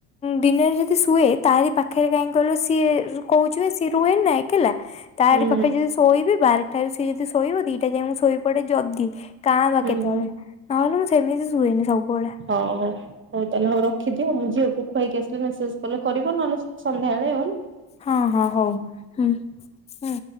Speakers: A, on the left (about 15°); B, on the right (about 25°).
A: ଦିନରେ ଯଦି ଶୁଏ ତାରି ପାଖରେ କାହିଁକି କହିଲ ସିଏ କହୁଚିବା ସିଏ ରୁହେନି ନା ଏକଲା ତାରି
B: ହୁଁ
A: ପାଖରେ ଯଦି ଶୋଇବି ବାରଟାରୁ ସିଏ ଯଦି ଶୋଇବ ଦିଟା ଯାଏ ମୁଁ ଶୋଇ ପଡେ ଯଦି କାଁ ବା
B: ହୁଁ
A: କେତେବେଳେ ନହେଲେ ମୁଁ ସେମିତି ଶୁଏନି ସବୁବେଳେ
B: ହଉ ହଉ ହଉ ତାହେଲେ ହଉ ରଖିଦିଅ ମୁଁ ଝିଅକୁ ଖୁଆଇକି ଆସିଲେ ମେସେଜ କଲେ କରିବ ନହେଲେ ସନ୍ଧ୍ୟାବେଳେ ହେଲା
A: ହଁ ହଁ ହଉ ହୁଁ ହୁଁ